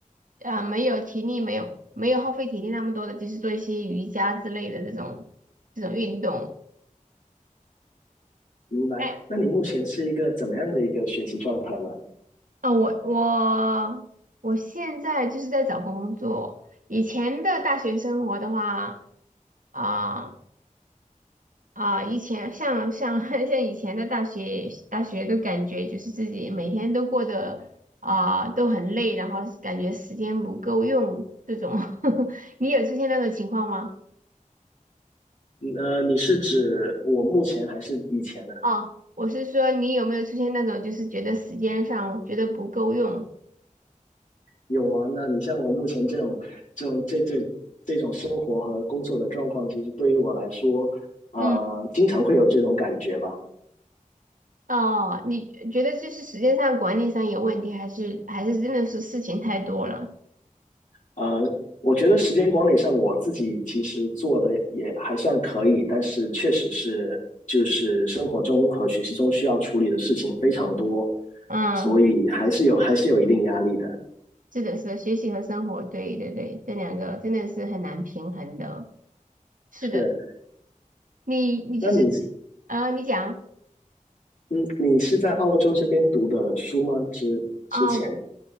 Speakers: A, on the right; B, on the left.
A: 呃，没有体力，没有没有耗费体力那么多的，就是做一些瑜伽之类的这种这种运动。
B: 明白。
A: 哎
B: 那你目前是一个怎么样的一个学习状态呢？
A: 啊，我我我现在就是在找工作。以前的大学生活的话，啊、啊、以前像像 <laughs> 像以前的大学大学的感觉，就是自己每天都过得啊、都很累，然后感觉时间不够用这种。<laughs> 你有出现那种情况吗？
B: 嗯呃，你是指我目前还是以前呢？
A: 哦，我是说你有没有出现那种就是觉得时间上觉得不够用？
B: 有啊，那你像我目前这种这种这这这种生活和工作的状况，其实对于我来说，啊、
A: 嗯。
B: 经常会有这种感觉吧。
A: 哦，你觉得这是时间上管理上有问题，还是还是真的是事情太多了？
B: 啊，我觉得时间管理上我自己其实做的也还算可以，但是确实是就是生活中和学习中需要处理的事情非常多，
A: 嗯，
B: 所以还是有还是有一定压力的。
A: 对是的，是的，学习和生活，对对对，这两个真的是很难平衡的。是的，
B: 是，
A: 你你就是
B: 那你
A: 呃，你讲
B: 嗯，你是在澳洲这边读的书吗？之之前
A: 啊，